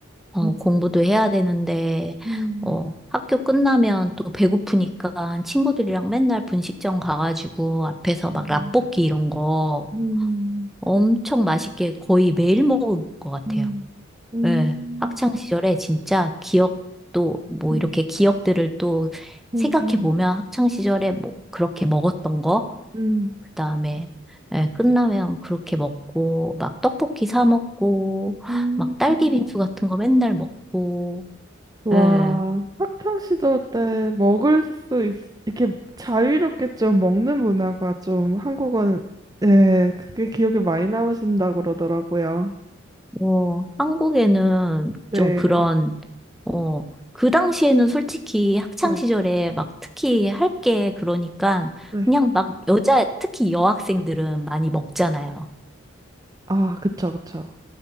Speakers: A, in the centre; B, on the right (about 20°).
A: 어,
B: 음,
A: 공부도 해야 되는데,
B: 음,
A: 어, 학교 끝나면 또 배고프니까 친구들이랑 맨날 분식점 가가지고 앞에서
B: 음,
A: 막 라볶이 이런 거
B: 음,
A: 엄청 맛있게 거의 매일 먹은 것 같아요.
B: 음, 음,
A: 예, 학창
B: 음,
A: 시절에 진짜 기억도 뭐
B: 음,
A: 이렇게 기억들을 또
B: 음,
A: 생각해 보면 학창 시절에 뭐 그렇게 먹었던 거,
B: 음,
A: 그다음에 예, 끝나면 그렇게 먹고 막 떡볶이 사 먹고
B: 음.
A: 막 딸기
B: 음.
A: 빙수 같은 거 맨날 먹고
B: 와,
A: 예.
B: 학창 시절 때 먹을 수 있, 이렇게 자유롭게 좀 먹는 문화가 좀 한국은 예, 그게 기억에 많이 남으신다 그러더라고요.
A: 뭐 한국에는
B: 네,
A: 좀 그런 어 그 당시에는 솔직히 학창
B: 네,
A: 시절에 막 특히 할 게 그러니까
B: 네.
A: 그냥 막 여자, 특히 여학생들은 많이 먹잖아요.
B: 아, 그쵸, 그쵸,